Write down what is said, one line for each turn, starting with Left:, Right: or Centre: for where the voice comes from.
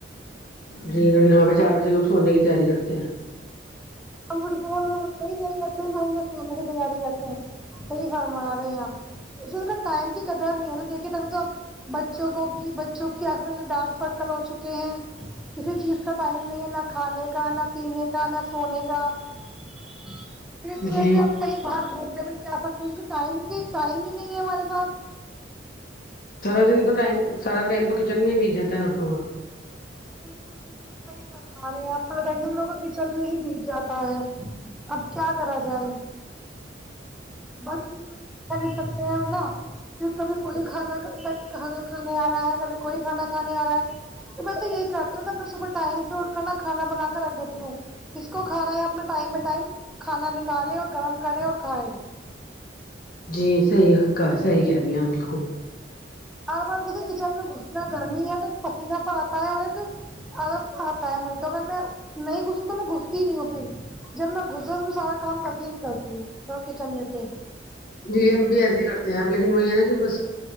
Left: جی اور یہاں پہ چار بجے لوگ سونے کی تیاری کرتے ہیں
Centre: ہم لوگ اٹھنے کی تیاری کرتے ہیں ہم سونے کی تیاری کرتے ہیں صحیح فرما رہے ہیں آپ سر کا ٹائم کی قدر نہیں ہے نا دیکھیے ابھی تو بچوں کو کی بچوں کی ڈانس سرکل ہو چکے ہیں کسی چیز کا ٹائم نہیں ہے نہ کھانے کا نہ پینے کا نہ سونے کا پھر اسی
Left: جی
Centre: وجہ سے ہم کہیں باہر گھومتے بھی نہیں سیاست میں یہ ٹائم کے ٹائم ہی نہیں ہے ہمارے پاس
Left: سارا دن تو ٹائم سارا ٹائم تو کچن میں ہی بیت جاتا ہے عورتوں کا
Centre: بالکل بالکل صحیح فرما رہے ہیں آپ کو بتائیں گے ہم لوگ کا کچن میں ہی بیج جاتا ہے اب کیا کرا جائے بس کر ہی سکتے ہیں نا پھر کبھی کوئی کھانا کھا کھانے آ رہا ہے کبھی کوئی کھانا کھانے آ رہا ہے تو میں تو یہ کرتی ہوں تو میں صبح ٹائم سےاٹھ کر نہ کھانا بنا کر رکھ دیتی ہوں اس کو کھانا ہے اپنا ٹائم بائی ٹائم کھانا نکالے اور گرم کرے اور کھائے
Left: جی صحیح کہا صحیح کہہ رہی ہے آپ بالکل
Centre: اب آپ دیکھو کچن میں گھسنا گرمی ہے تو پسینہ سا آتا ہے اور ایک الگ سا ہوتا ہے مجھے تو اگر میں نہیں گھسی تو میں گھستی ہی نہیں ہوں پھر جب میں گزر تو میں سارا کام کرکے ہی نکلتی ہوں کچن میں سے
Left: جی ہم بھی ایسے ہی کرتے ہیں آپ لیکن وہ یہ نا کہ بس